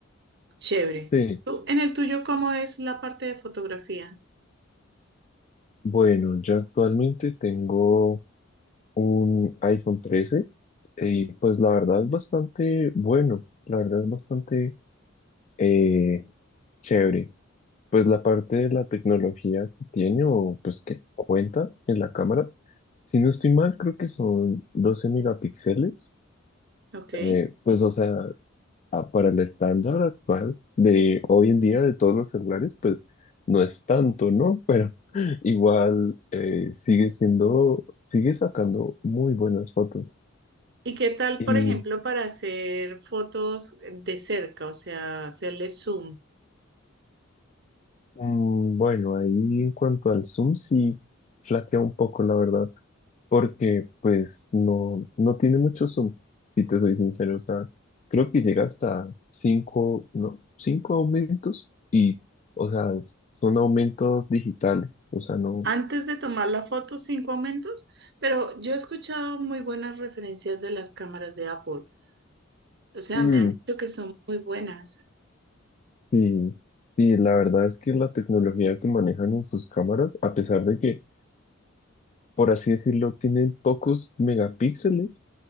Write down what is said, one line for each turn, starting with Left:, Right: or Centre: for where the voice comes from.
Right: Chévere.
Left: Sí.
Right: Tú- en el tuyo, ¿cómo es la parte de fotografía?
Left: Bueno, yo actualmente tengo un iPhone trece y pues la verdad es bastante bueno. La verdad es bastante eh, chévere. Pues la parte de la tecnología que tiene o pues que cuenta en la cámara, si no estoy mal, creo que son 12 megapíxeles.
Right: Ok.
Left: Eh, pues o sea, a- para el estándar actual de hoy en día de todos los celulares, pues no es tanto, ¿no? Pero <laughs> igual eh, sigue siendo, sigue sacando muy buenas fotos.
Right: ¿Y qué tal,
Left: Y
Right: por ejemplo, para hacer fotos de cerca, o sea, hacerle zoom?
Left: mm, bueno, ahí en cuanto al zoom, sí flaquea un poco, la verdad. porque pues no, no tiene mucho zoom, si te soy sincero, o sea, creo que llega hasta cinco, no, cinco aumentos y, o sea, s- son aumentos digitales, o sea, no,
Right: Antes de tomar la foto, cinco aumentos, pero yo he escuchado muy buenas referencias de las cámaras de Apple. O sea,
Left: mm,
Right: me han dicho que son muy buenas.
Left: sí y la verdad es que la tecnología que manejan en sus cámaras, a pesar de que, por así decirlo, tienen pocos megapíxeles,